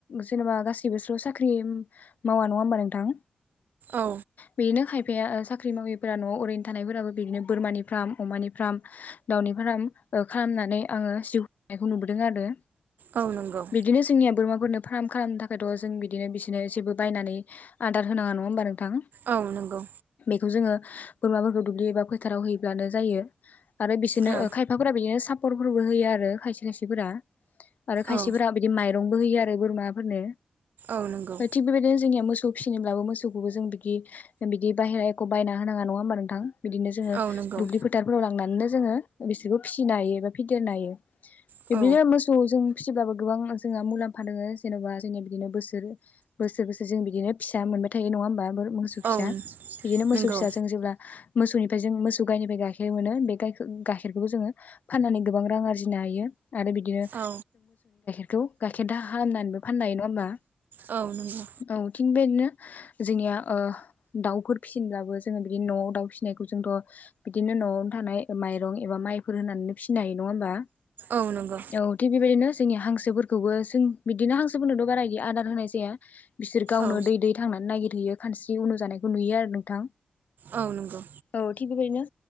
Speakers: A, on the left; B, on the right.
A: जेनेबा गासैबो सो साख्रि मावा नङा थां
B: औ
A: बेनो खाय फाया साख्रि मावैफोरा न'आव ओरैनो थानायफोराबो बिदिनो बोरमानि फार्म अमानि फार्म दावनि फार्म ओ खालामनानै ओ आङो जिउ खुं नायखौ नुबोदों आरो
B: औ नंगौ
A: बिदिनो जोंनिया बोरमाफोरनो फार्म खालामनो था थ' जों बिदिनो बिसोरनो जेबो बायनानै आदार होनाङा नङा होमबा नोंथां
B: औ नंगौ
A: बेखौ जोङो बोरमाफोरखौ दुब्लि एबा फोथाराव हैयब्लानो जायो आरो बिसोरनो
B: औ
A: ओ खायफाफोरा बिदिनो सापर्टफोरबो होयो आरो खायसे-खायसेफोरा आरो खायसेफोरा
B: औ
A: बिदि माइरंबो होयो आरो बोरमाफोरनो
B: औ नंगौ
A: थिग बेबायदिनो जोंनिया मोस सौ फिनोब्लाबो मोसौखौबो जों बिदि बिदि बाहेरा एखखौ बायना होनाङा नङा होमबा नोंथां बिदिनो जोङो
B: औ नंगौ
A: दुब्लि फोथारफोराव लांनानैनो जोङो बिसोरखौ फिसिनो हायो एबा फेदेरनो हायो
B: औ
A: बिदिनो मोस सौ फिसिब्लाबो गोबां जोंहा मुलाम्फा दङो जेन'बा जोंनिया बिदिनो बोसोर बोसोर बोसोर जों बिदिनो फि मोनबाय थायो नङा होमबा बो मोसौ फिसा
B: औ
A: बिदिनो मोसौ
B: नंगौ
A: फिसा जों जेब्ला मोसौ जों मोसौ गाइनिफ्राय गाइखेर मोनो बे गाइखेरखौबो जोङो फाननानै गोबां रां आरजिनो हायो आरो बिदिनो
B: औ
A: बेखौ गाइखेर दाहा खालामनानैबो फाननो हायो नङा होमबा
B: औ नंगौ
A: औ थिग बेदिनो जोंनिया ओ दाउफोर फिसिनोब्लाबो जोङो बिदि न'आव दाउ फिसिनायखौ जोंथ' बिदिनो न'आवनो थानाय माइरं एबा माइफोर होनानै फिसिनो हायो नङा होमबा
B: औ नंगौ
A: औ थिग बेबायदिनो जोंनि हांसोफोरखौबो जों बिदिनो हांसोफोरनोथ बारा आदार होनाय जाया बिसोर गावनो
B: औ
A: दै दै थांनानै नागिरहैयो खानस्रि उनुजानायखौ नुयो आरो नोंथां
B: औ नंगौ
A: औ थिग बिबायदिनो